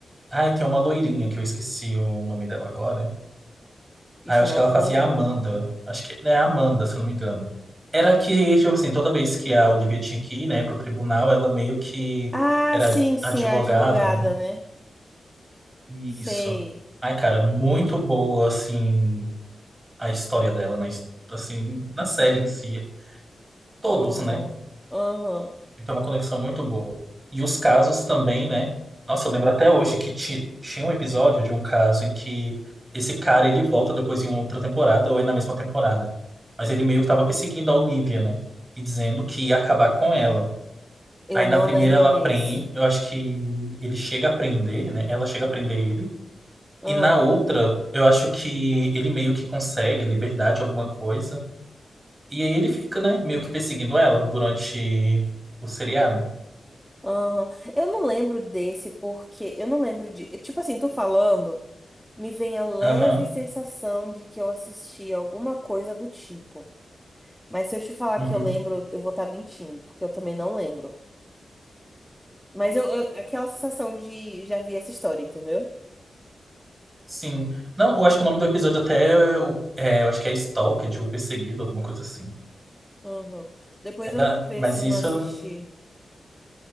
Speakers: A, on the right (about 20°); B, in the centre.
A: Ai, tem uma loirinha que eu esqueci o nome dela agora.
B: Ixi,
A: Ah, eu acho
B: eu não
A: que ela
B: vou
A: fazia
B: lembrar.
A: a Amanda. Acho que é a Amanda, se eu não me engano. Era que, tipo assim, toda vez que a Olivia tinha que ir, né, pro tribunal, ela meio que
B: Ah,
A: era
B: sim, sim,
A: advogada,
B: a advogada,
A: né?
B: né?
A: Isso.
B: Sei.
A: Ai, cara, muito boa, assim, a história dela, na, his- assim, na série em si. Todos,
B: Uhum.
A: né?
B: Uhum.
A: Então, uma conexão muito boa. E os casos também, né? Nossa, eu lembro até hoje que ti- tinha um episódio de um caso em que esse cara ele volta depois em outra temporada ou é na mesma temporada. Mas ele meio que tava perseguindo a Olivia, né? E dizendo que ia acabar com ela.
B: Eu
A: Aí
B: não
A: na primeira
B: lembro
A: ela
B: desse.
A: prende, eu acho que ele chega a prender, né? Ela chega a prender ele.
B: Uhum.
A: E na outra, eu acho que ele meio que consegue liberdade, alguma coisa. E aí ele fica, né? Meio que perseguindo ela durante o seriado.
B: Uhum. Eu não lembro desse porque eu não lembro de. Tipo assim, tô falando. me vem a leve
A: Aham.
B: sensação de que eu assisti alguma coisa do tipo. Mas se eu te falar
A: Uhum.
B: que eu lembro, eu vou estar mentindo, porque eu também não lembro. Mas eu, eu- aquela sensação de já vi essa história, entendeu?
A: Sim. Não, eu acho que o nome do episódio até é, o- é, eu acho que é Stalked, o perseguido, alguma coisa assim.
B: Uhum. Depois
A: É
B: eu
A: da-
B: vou ver
A: mas
B: se eu
A: isso
B: não assisti.